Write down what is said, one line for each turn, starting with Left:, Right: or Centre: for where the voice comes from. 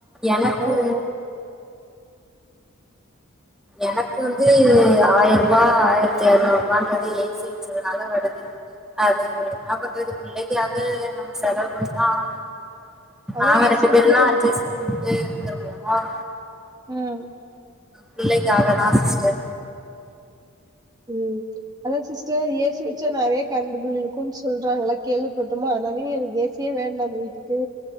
Centre: எனக்கு
Right: வரும்.
Centre: எனக்கு வந்து ஆயிரம் ரூபாய் ஆயிரத்தி அறநூறு ரூபா வந்து ஏ சி வச்சதுனால வருது அது என்ன பண்றது பிள்ளைக்காவ நம்ம செலவு பண்ணிதா ஆகான்னு
Right: அதான்
Centre: நாங்க
Right: ஏசி
Centre: ரெண்டு
Right: வச்சா
Centre: பேருன்னா
Right: ஒரு
Centre: அட்ஜஸ்ட் பண்ணிட்டு இருந்துடுவோம்
Right: ம்
Centre: பிள்ளைக்காக தா சிஸ்டர்
Right: ம் அதா சிஸ்டர் ஏ சி வச்சா நெறையா கரண்டு பில் இருக்குன்னு சொல்றாங்களா கேள்விப்பட்டமா அதனாலேயே எனக்கு ஏ சி வேண்டாம் நம்ம வீட்டுக்கு